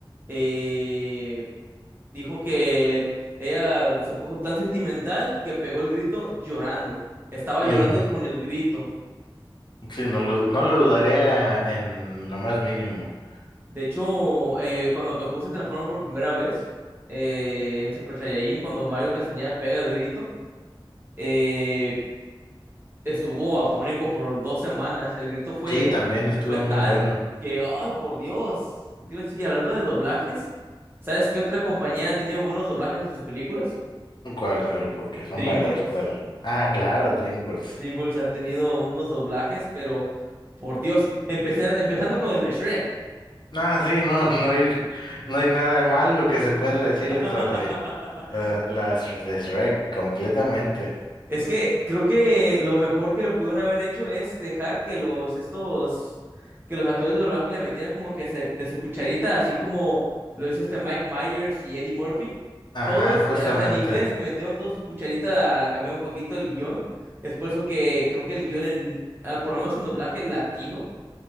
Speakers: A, on the right; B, on the left.
A: eh, dijo que él- ella se puso tan sentimental que pegó el grito llorando. Estaba
B: Mm,
A: llorando con el grito.
B: sí, no lo, no lo dudaría en lo más mínimo.
A: De hecho, eh, cuando Goku se transforma por primera vez eh, en Super Saiyajin, cuando Mario Castañeda pega el grito, eh, estuvo afónico por dos semanas. El grito fue,
B: Sí, también estuvo
A: fue tal
B: muy bueno.
A: que, ay, por Dios. ¿Qué te iba a decir? Hablando de doblajes, ¿sabes qué otra compañía ha tenido buenos doblajes en sus películas?
B: ¿Cuál, cuál? Porque son
A: DreamWorks.
B: varias, ¿cuál? Ah, claro, DreamWorks.
A: DreamWorks ha tenido unos doblajes, pero por Dios, empecé- empezando con el de Shrek.
B: Ah, sí, no, no hay, no hay nada de mal lo que se puede
A: <laughs>
B: decir sobre la- las de Shrek completamente.
A: Es que creo que lo mejor que le pudieron haber hecho es dejar que los estos que los actores de doblaje le metieran como que se- de su cucharita, así como lo hizo este Mike Myers y Eddie Murphy.
B: Ajá,
A: Todos,
B: justamente.
A: eh, hasta en inglés, metieron todos sus cucharitas a cambiar un poquito el guión. Es por eso que creo que el guión, en, ah, por lo menos en doblaje latino,